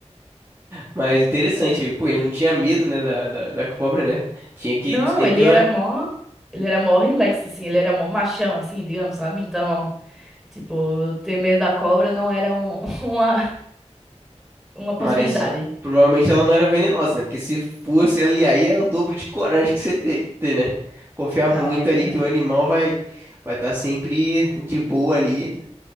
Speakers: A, on the right; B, in the centre.
A: Mas interessante,
B: Pois é.
A: pô, ele não tinha medo, né, da, da, da cobra, né? Tinha que,
B: Não,
A: tu tem
B: ele
A: que ter,
B: era
A: uma-
B: mó, ele era mó relax assim, ele era mó machão assim, digamos, sabe? Então, tipo, ter medo da cobra não era um- <laughs> uma uma possibilidade.
A: mas provavelmente ela não era venenosa, né? Porque se fosse ali, aí é o dobro de coragem que você tem que ter, né? Confiar muito
B: Não, aí,
A: ali
B: é.
A: que o animal vai vai estar sempre de boa ali.